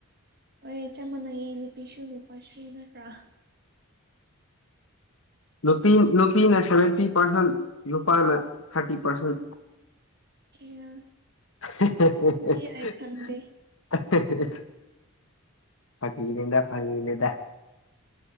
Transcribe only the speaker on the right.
ꯍꫭꯏ ꯆꯞ ꯃꯥꯟꯅꯩꯌꯦ ꯅꯨꯄꯤꯁꯨ ꯅꯨꯄꯥꯁꯨ ꯅꯠꯇ꯭ꯔꯥ
ꯑꯌꯥ
ꯑꯗꯨꯗꯤ ꯑꯩ ꯈꯟꯗꯦ